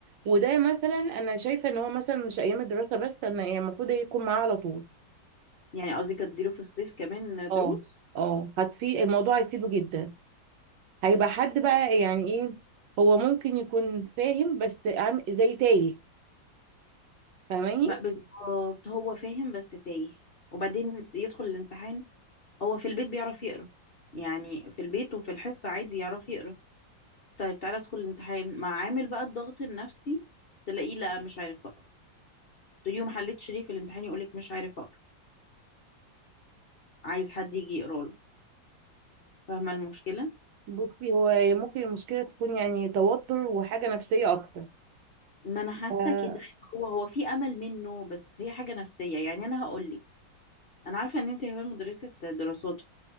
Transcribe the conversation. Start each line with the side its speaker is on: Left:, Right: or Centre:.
Right: وده مثلا انا شايفة ان هو مثلا مش ايام الدراسة بس انا يعني المفروض يكون معاه على طول
Left: يعني قصدي كانت تديله في الصيف كمان
Right: اه
Left: دروس
Right: اه هتفيد الموضوع هيفيده جدا هيبقى حد بقى يعني ايه هو ممكن يكون فاهم بس عم- زي تايه فاهماني
Left: ما بالظبط هو فاهم بس تايه وبعدين يدخل الامتحان هو في البيت بيعرف يقرا يعني في البيت وفي الحصه عادي يعرف يقرا طيب تعالى ادخل الامتحان مع عامل بقى الضغط النفسي تلاقيه لا مش عارف تقولي له ما حلتش ليه في الامتحان يقولك مش عارف اقرا عايز حد يجي يقرا له فاهمه المشكله
Right: بصي هو ممكن المشكلة تكون يعني توتر وحاجة نفسية أكتر
Left: ما انا حاسه
Right: آه،
Left: كده إن هو هو في امل منه بس هي حاجه نفسيه يعني انا هقول لك انا عارفه ان انت كمان مدرسه دراسات